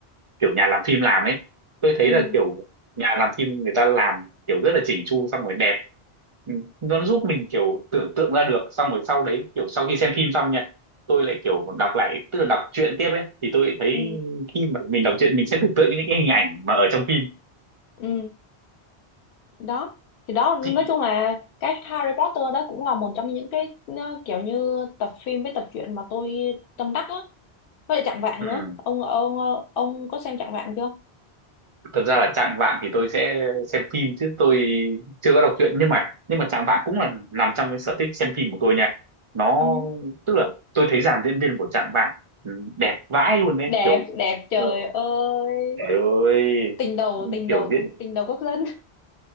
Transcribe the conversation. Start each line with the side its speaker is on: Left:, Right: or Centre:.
Right: kiểu nhà làm phim làm ấy tôi thấy
Left: ừ
Right: là kiểu nhà làm phim người ta làm kiểu rất là chỉnh chu xong rồi đẹp Ừ, nó giúp mình kiểu tưởng tượng ra được xong rồi sau đấy kiểu sau khi xem phim xong nha tôi lại kiểu đọc lại tức là đọc truyện tiếp ấy thì tôi lại thấy
Left: ừ
Right: khi mà mình đọc truyện mình sẽ tưởng tượng những cái hình ảnh mà ở trong phim
Left: ừ đó thì đó nói
Right: thì
Left: chung là cái Harry Potter đó cũng là một trong những cái nó kiểu như tập phim với tập truyện mà tôi tâm đắc á với lại Chạng Vạng
Right: ừ,
Left: nữa ông ông ờ, ông có xem Chạng Vạng chưa
Right: thật ra là Chạng Vạng thì tôi sẽ xem phim chứ tôi chưa có đọc truyện nhưng mà nhưng mà Chạng Vạng cũng là nằm trong cái sở thích xem phim của tôi nha nó
Left: ừ.
Right: tức là tôi thấy dàn diễn viên của Chạng Vạng ừ, đẹp vãi luôn đấy
Left: đẹp
Right: kiểu
Left: đẹp trời
Right: ờ,
Left: ơi
Right: Trời ơi
Left: tình đầu
Right: ừ,
Left: tình
Right: kiểu
Left: đầu
Right: diễn
Left: tình đầu quốc dân